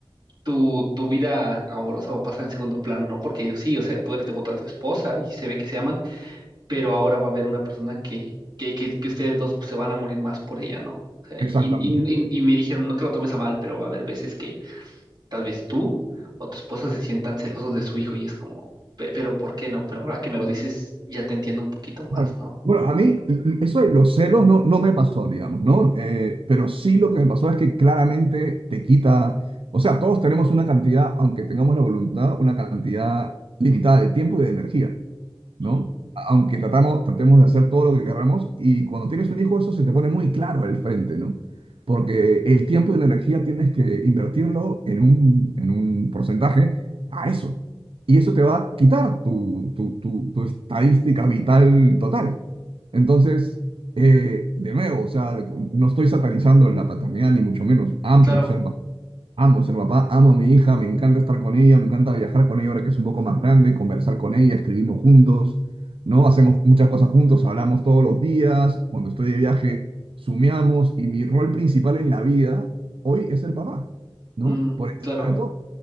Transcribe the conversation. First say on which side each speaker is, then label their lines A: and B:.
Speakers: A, on the right; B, on the right.
A: tu, tu vida amorosa va a pasar en segundo plano, ¿no? Porque sí, o sea, tú eres devota a tu esposa y se ve que se aman pero ahora va a haber una persona que, que, que, que ustedes dos se van a morir más por ella, ¿no? O sea,
B: Exactamente.
A: y, y, y- y me dijeron, no te lo tomes a mal, pero va a haber veces que tal vez tú o tu esposa se sientan celosos de su hijo y es como, "Pe- pero ¿por qué no? Pero ahora que me lo dices, ya te entiendo un poquito más,
B: Claro.
A: ¿no?
B: Bueno, a mí mm, eso de los celos no, no me pasó, digamos, ¿no? Eh, pero sí lo que me pasó es que claramente te quita, o sea, todos tenemos una cantidad, aunque tengamos la voluntad, una cantidad limitada de tiempo y de energía.
A: Ujú.
B: ¿no? Aunque tratamos, tratemos de hacer todo lo que queramos y cuando tienes un hijo eso se te pone muy claro al frente, ¿no? Porque el tiempo y la energía tienes que invertirlo en un, en un porcentaje a eso. Y eso te va a quitar tu, tu, tu- tu estadística vital total. Entonces, eh, de nuevo, o sea, no estoy satanizando la paternidad ni mucho menos. Amo
A: Claro,
B: ser papá Amo ser papá, amo a mi hija, me encanta estar con ella, me encanta viajar con ella ahora que es un poco más grande, conversar con ella, escribimos juntos, ¿no? Hacemos muchas cosas juntos, hablamos todos los días, cuando estoy de viaje, sumeamos y mi rol principal en la vida hoy es ser papá, ¿no?
A: mm,
B: Por encima
A: claro,
B: de todo